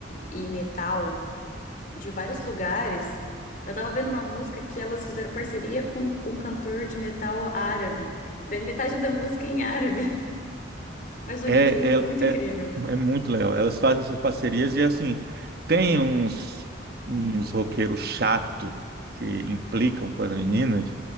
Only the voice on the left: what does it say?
e metal de vários lugares. Eu tava vendo uma música que elas fizeram parceria com um cantor de metal árabe. E daí metade da música é em árabe, <laughs> mas o
ritmo é muito
incrível.